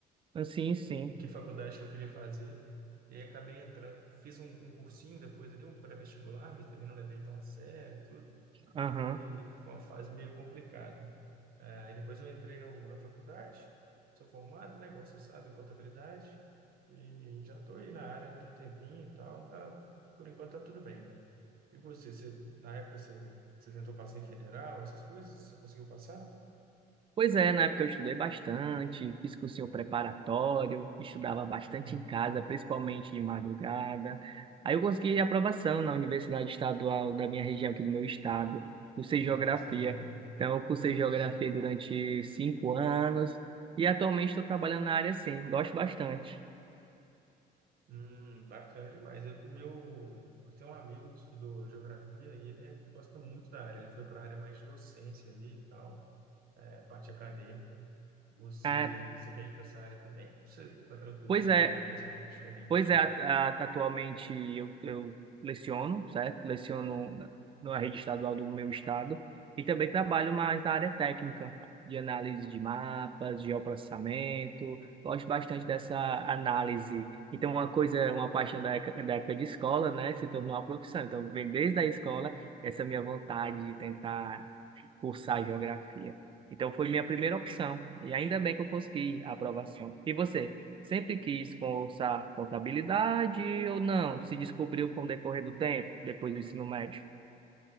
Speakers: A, on the right (about 30°); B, on the right (about 60°).
A: sim, sim.
B: Em que faculdade que eu queria fazer. E aí acabei entrando, fiz um, um cursinho depois ali, um pré-vestibular, mas também não levei tão a sério, tudo.
A: Aham.
B: Foi, foi uma fase meio complicada. Aí depois eu entrei no, na faculdade, sou formado, né, igual você sabe, em contabilidade, e já estou aí na área, já tem um tempinho e tal, tá, por enquanto tá tudo bem. E você, você na época você, você tentou passar em federal, essas coisas, você conseguiu passar?
A: Pois é, na época eu estudei bastante, fiz cursinho preparatório, estudava bastante
B: Uhum.
A: em casa, principalmente de madrugada. Aí eu consegui aprovação na Universidade Estadual da minha região aqui do meu estado, cursei
B: Ah,
A: geografia.
B: isso é bom, né?
A: Então, eu cursei geografia durante cinco anos e atualmente estou trabalhando na área sim, gosto bastante.
B: Hum, bacana demais. Eu, o meu, eu tenho um amigo que estudou geografia e ele, é- ele gosta muito da área. Ele foi para a área mais de docência ali e tal, é, parte acadêmica. Você,
A: Ah,
B: você quer ir para essa área também? Você tá tranquilo,
A: pois
B: você
A: é,
B: quer uma coisa diferente?
A: Pois é, a- a- atualmente eu, eu leciono, certo? Leciono na na rede estadual do meu estado e também trabalho mais na área técnica, de análise de mapas, geoprocessamento. Gosto bastante dessa análise. Então, uma coisa, uma paixão da época, da época de escola, né, se tornou uma profissão. Então, vem desde a escola essa minha vontade de tentar cursar geografia. Então, foi minha primeira opção e ainda bem que eu consegui a aprovação. E você? Sempre quis cursar contabilidade ou não? Se descobriu com o decorrer do tempo, depois do ensino médio?